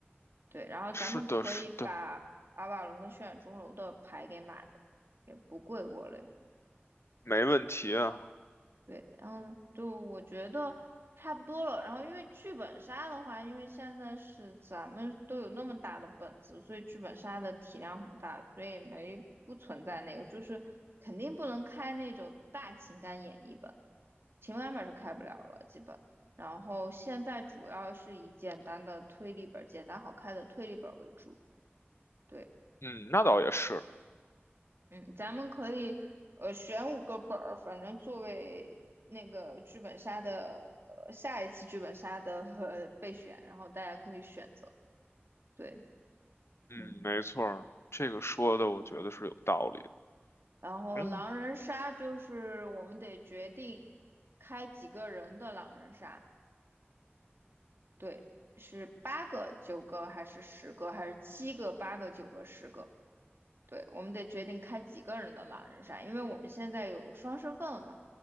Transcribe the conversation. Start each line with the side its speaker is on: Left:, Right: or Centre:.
Right: 对，然后咱们可以把阿瓦隆跟血染钟楼的牌给买了，
Left: 是的，是的，
Right: 也不贵我嘞。
Left: 没问题啊。
Right: 对，然后就我觉得差不多了。然后因为剧本杀的话，因为现在是咱们都有那么大的本子，所以剧本杀的体量很大，所以没不存在那个，就是肯定不能开那种大情感演绎本，情感本是开不了了，基本。然后现在主要是以简单的推理本、简单好开的推理本为主。对。
Left: 嗯，那倒也是。
Right: 嗯，咱们可以呃选五个本儿，反正作为那个剧本杀的呃下一次剧本杀的呃备选，然后大家可以选择。对，
Left: 嗯，
Right: 嗯，
Left: 没错儿，这个说的我觉得是有道理的。
Right: 然后狼人杀就是我们得决定开几个人的狼人杀，
Left: 嗯，
Right: 对，是八个、九个还是十个，还是七个、八个、九个、十个？对，我们得决定开几个人的狼人杀，因为我们现在有双身份了嘛，